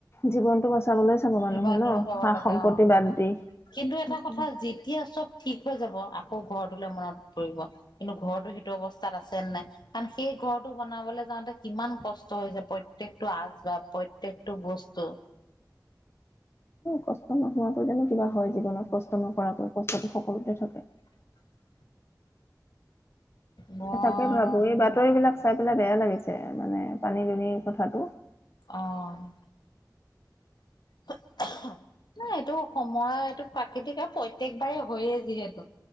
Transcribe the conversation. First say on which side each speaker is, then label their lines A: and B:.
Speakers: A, on the left; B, on the left.
A: জীৱনটো বচাবলৈ চাব
B: কিমান
A: মানুহে
B: দূৰত
A: ন
B: যাব
A: সা
B: লাগে
A: সম্পত্তি
B: অ
A: বাদ দি।
B: কিন্তু এটা
A: সেইটোৱে
B: কথা যেতিয়া চব ঠিক হৈ যাব, আকৌ ঘৰটোলে মনত পৰিব, কিন্তু ঘৰটো সেইটো অৱস্থাত আছে নে নাই কাৰণ সেই ঘৰটো বনাবলৈ যাওঁতে কিমান কষ্ট হৈছে প্ৰত্যেকটো আচবাব, প্ৰত্যেকটো বস্তু
A: কষ্ট নোহোৱাকৈ জানো কিবা হয় জীৱনত কষ্ট নকৰাকৈ, কষ্টটো সকলোতে থাকে।
B: <inaudible> মই
A: তাকে ভাবো এই বাতৰি বিলাক চাই পেলাই বেয়া লাগিছে মানে পানী দুনিৰ কথাটো।
B: অ'। <unintelligible> নাই এইটো সময় এইটো প্ৰাকৃতিক আৰু প্ৰত্যেকবাৰেই হয়েই যিহেতু